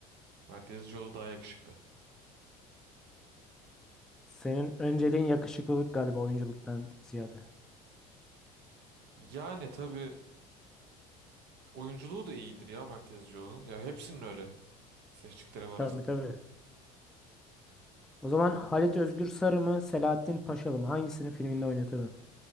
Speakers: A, on the right; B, in the centre.
A: Mert Yazıcıoğlu daha yakışıklı.
B: Senin önceliğin yakışıklılık galiba oyunculuktan ziyade.
A: Yani tabii oyunculuğu da iyidir ya Mert Yazıcıoğlu'nun. Ya hepsinin öyle seçtiklerim arasında.
B: Tabii tabii. O zaman Halit Özgür Sarı mı, Selahattin Paşalı mı? Hangisini filminde oynatırdın?